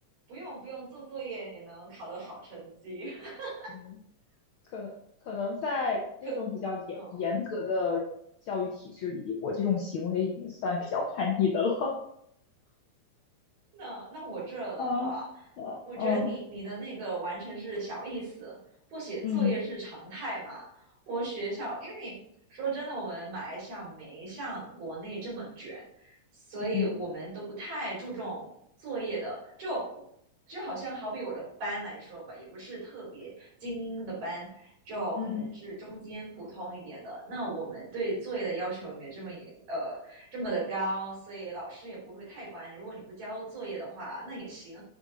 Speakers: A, on the right; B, on the left.
A: 不用不用，做作业也能考得好成绩。<laughs>”
B: 嗯，可能可能在那种比较严严格的教育体制里，
A: 更，嗯，
B: 我这种行为已经算比较叛逆的了。
A: 那那我这的话，
B: <laughs> 啊啊嗯
A: 我觉得你你的那个完全是小意思，不写作业是常态嘛。
B: 嗯。
A: 我学校，因为说真的，我们马来西亚没像国内这么卷，所以我们都不太注重作业的。
B: 嗯
A: 就就好像好比我的班来说吧，也不是特别精英的班，就可能是中间普通一点的。
B: 嗯
A: 那我们对作业的要求也没这么严呃这么的高，所以老师也不会太管你。如果你不交作业的话，那也行，